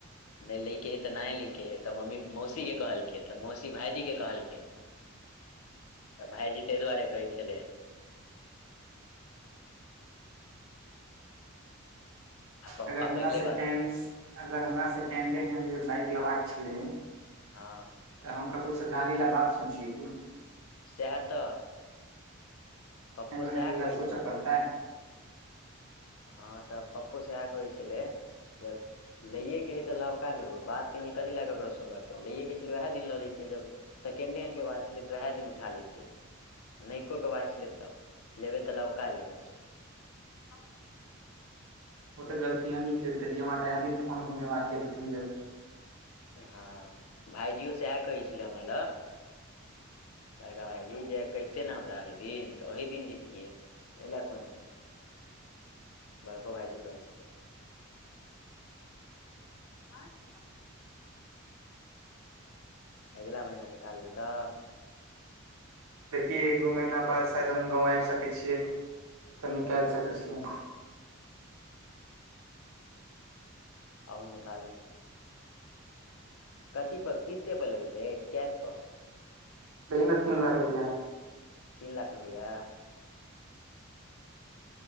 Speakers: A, on the left (about 80°); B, on the right (about 80°).
A: नइ लैके हइ तऽ नहि लैके हइ तऽ मम्मी मौसीके कहलकै तऽ मौसी भाइजीके कहलकै तऽ भाइजी ताईह दुआरे कहै छलै। आ पप्पा
B: अगर हमरा
A: पहिले
B: से
A: बात
B: कें अगर हमरा सेकेंडे हैंड जे बाइक लेबाका छलै।
A: हँ
B: तऽ हम ककरोसँ गाड़ी लै बात सुन छियै कि।
A: सेह तऽ पप्पो
B: सेकेण्डों
A: सएह
B: हेंड ले
A: कहै
B: सोच
A: छै
B: परतय
A: हँ त पप्पो से कहय छैले जे लये के हय त नवका लेबो बात कनी कथि ले ककरो सुनबें तु लये के छलय त उहे दिन ल लेतिय जब सेकेंडे हेण्ड के बात छलय त उहे दिन उठा लेतीय नयको के बात छलय त लेबैय त लबका लेबै <inaudible>
B: ओ त गलती हमही करि देलिय हमरा वैह दिन फोन घुमेबाक चाही दू तीन जगह
A: ह भाइजीयो सेह कहय छलय हमरा लग बड़का भाइजी जे कहितै ने हमरा ओहि दिन त ओही दिन जेतिये ओयला कोन छय। बड़को भाइजी कहय छैलै। <inaudible> अगिला महीना निकालबय त
B: देखिही एक दू महीना बाद शायद हम गाँंव आबि सकय छिये त निकाल सकय छिये।
A: आउ निकालु कथी पर किस्ते पर लेबय से की कैश पर
B: दही न तीन लाख रुपया
A: तीन लाख रुपैया